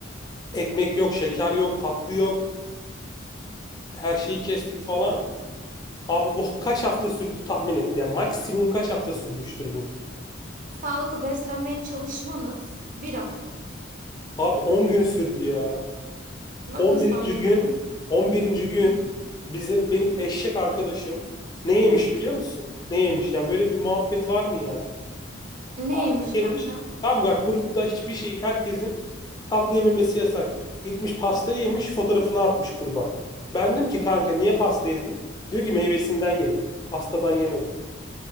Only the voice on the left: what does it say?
Ekmek yok, şeker yok, tatlı yok. Her şeyi kestik falan. Abi bu kaç hafta sürdü tahmin et ya. Maksimum kaç hafta sürmüştür bu?
Abi 10 gün sürdü ya.
11.
gün 11. gün
bizim benim eşek arkadaşım ne yemiş biliyor musun? Ne yemiş? Yani böyle bir muhabbet var mı ya?
Pasta yemiş.
Tamam bak grupta hiçbir şey herkesin tatlı yememesi yasak. Gitmiş pasta yemiş fotoğrafını atmış gruba. Ben dedim ki kanka niye pasta yedin? Diyor ki meyvesinden yedim. Pastadan yemedim.